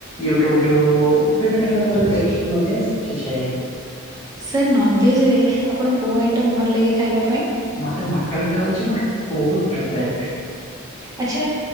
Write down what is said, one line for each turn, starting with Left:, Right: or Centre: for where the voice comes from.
Left: ୟୁଟ୍ୟୁବୁ ରୁ ହେଉ ବିଭିନ୍ନ ପ୍ରକାର ଦେଖିକି ମଧ୍ୟ ଶିଖିଯାଏ।
Right: ସାର୍ ନନଭେଜ୍ ଆପଣଙ୍କୁ କୋଉ ଆଇଟମ ଭଲ ଲାଗେ ଖାଇବା ପାଇଁ।
Left: ମତେ ମଟନ୍ ଟା ହଉଚି ମୋର ବହୁତ ଫେବ୍ରାଇଟ୍।
Right: ଆଚ୍ଛା